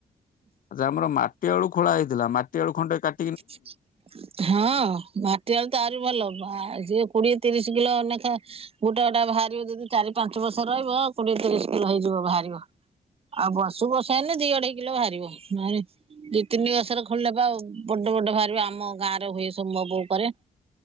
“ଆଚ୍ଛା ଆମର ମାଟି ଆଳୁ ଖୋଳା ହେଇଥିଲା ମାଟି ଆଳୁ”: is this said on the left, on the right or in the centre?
Left